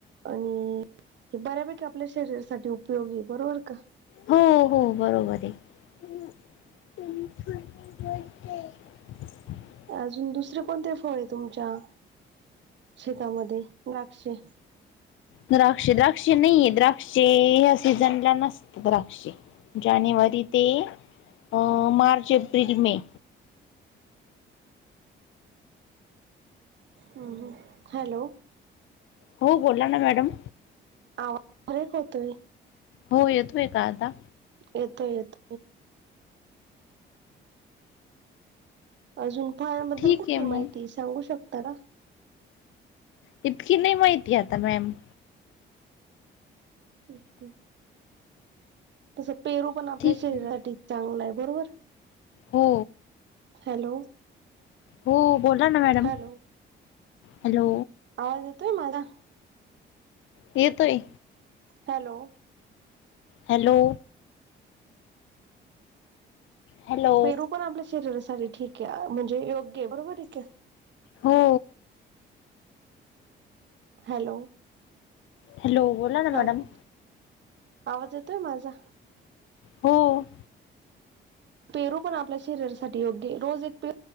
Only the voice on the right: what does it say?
आणि हे बऱ्यापैकी आपल्या शरीरासाठी उपयोगीये. बरोबर का?
अजून दुसरे कोणते फळे तुमच्या शेतामध्ये? द्राक्षे,
हं हं. हॅलो,
आवाज ब्रेक होतोय.
येतोय येत अजून फळांबद्दल
कुठली
माहिती सांगू शकता का?
ओके. तसं पेरू पण आपल्या
शरीरासाठी
चांगलं आहे. बरोबर?
हॅलो,
हॅलो
आवाज येतोय माझा?
हॅलो,
पेरू पण आपल्या शरीरासाठी ठीके, म्हणजे योग्य आहे. बरोबर आहे का?
हॅलो,
हॅलो
आवाज येतोय माझा?
पेरू पण आपल्या शरीरासाठी योग्यये. रोज एक पेरू